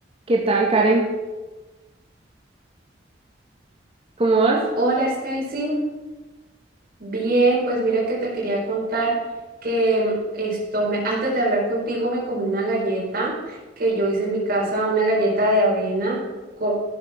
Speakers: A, on the right; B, on the right.
A: ¿Qué tal, Karen? ¿Cómo vas?
B: Hola Stacy, bien, pues mira que te quería contar que mm, esto me, antes de hablar contigo me comí una galleta que yo hice en mi casa, una galleta de avena co-